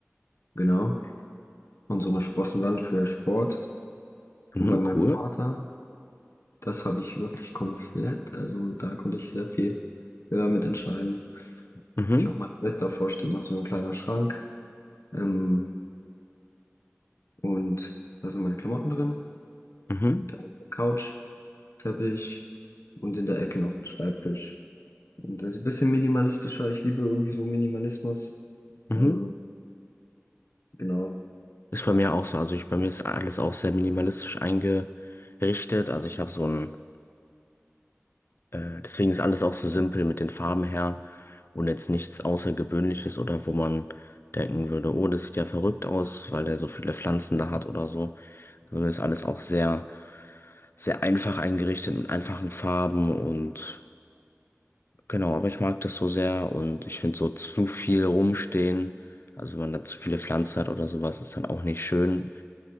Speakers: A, on the left; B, on the left.
A: Genau. Und so eine Sprossenwand für Sport.
B: mhm,
A: Und bei meinem
B: cool.
A: Vater, das habe ich wirklich komplett. Also da konnte ich sehr viel selber mit entscheiden.
B: Mhm,
A: Hab Ich auch mein Bett davor steht noch so ein kleiner Schrank. Ähm, und da sind meine Klamotten drin.
B: mhm,
A: Und dann eine Couch. Teppich und in der Ecke noch ein Schreibtisch. Und das ist ein bisschen minimalistischer. Ich liebe irgendwie so Minimalismus.
B: mhm.
A: Ähm, genau.
B: Ist bei mir auch so. Also ich, bei mir ist alles auch sehr minimalistisch eingerichtet. Also ich habe so ein Äh, deswegen ist alles auch so simpel mit den Farben her und jetzt nichts Außergewöhnliches oder wo man denken würde, oh, das sieht ja verrückt aus, weil der so viele Pflanzen da hat oder so. Also ist alles auch sehr, sehr einfach eingerichtet mit einfachen Farben und genau, aber ich mag das so sehr und ich finde so zu viel rumstehen. Also wenn man da zu viele Pflanzen hat oder sowas, ist dann auch nicht schön.